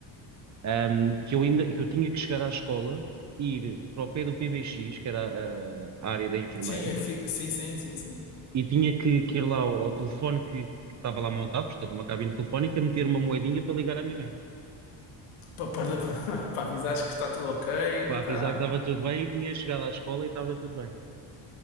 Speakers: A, on the right; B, on the left.
A: Ahm, que eu ainda, que eu tinha que chegar à escola, ir para o pé do PBX, que era a, a área da enfermeira,
B: Sim, aqui- sim, sim, sim, sim.
A: e tinha que, que ir lá ao, ao telefone que, que estava lá montado, portanto, uma cabine telefónica, meter uma moedinha para ligar à minha mãe,
B: Para, para, para, <laughs> para avisares que está tudo ok,
A: para
B: está.
A: avisar que estava tudo bem e tinha chegado à escola e estava tudo bem.